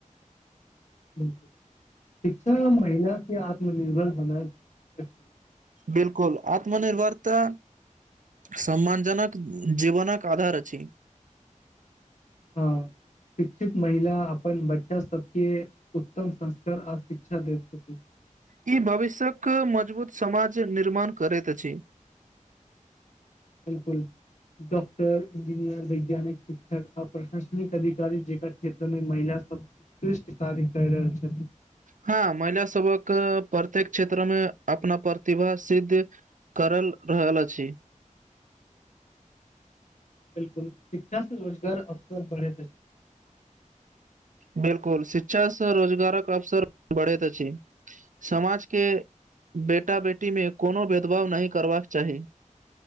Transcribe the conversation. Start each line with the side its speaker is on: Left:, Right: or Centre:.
Left: बिल्कुल शिक्षा महिला केँ आत्मनिर्भर बनायत अछि
Right: बिलकुल आत्मनिर्भरता सम्मान जनक जीवनक आधार अछि
Left: हँ शिक्षित महिला अपन बच्चा सबके उत्तम संस्कार आ शिक्षा दैत छथिन
Right: ई भविष्यक मजबूत समाज निर्माण करैत अछि
Left: बिल्कुल डॉक्टर इंजीनियर वैज्ञानिक शिक्षक आ प्रशासनिक अधिकारी जेकर क्षेत्रमे महिला सब उतकृष्ट कार्य कैय रहल छथिन।
Right: हँ महिला सबक प्रत्येक क्षेत्र मे अपना प्रतिभा सिद्ध करल रहल अछि
Left: बिलकुल शिक्षा से रोजगार अवसर बढैत अछि।
Right: बिल्कुल शिक्षा से रोजगारक अवसर बढ़ैत अछि समाजके बेटा बेटीमे कोनो भेदभाव नहि करबाक चाही